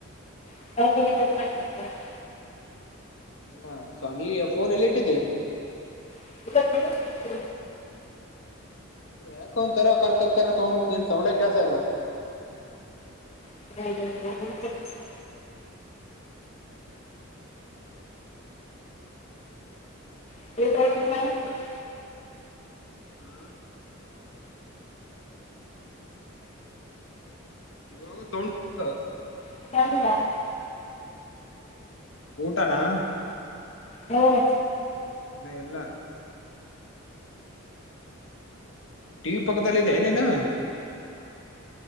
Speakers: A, on the left; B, on the left.
A: <unintelligible>
B: ಹ ಸ ನೀ ಫೋನ್ ಎಲ್ಲಿ ಇಟ್ಟಿದ್ದಿ.
A: <unintelligible>
B: ಯಾಕೊಂತರ ಕರ್ ಕರ್ಕರ್ ಸೌಂಡ್ ಏನ್ ಸೌಂಡ್ ಕೇಳ್ತಾ ಇಲ್ಲ.
A: <unintelligible> <unintelligible>
B: ಹಾ. ಇವಾಗ ತಗೊಂಡ ಬಂದ.
A: <unintelligible>
B: ಊಟನಾ.
A: ಹ್ಮ್.
B: ಇನ್ನ ಇಲ್ಲಾ. ಟಿ ವಿ ಪಕ್ಕದಲ್ಲಿದೆ ನೀನು.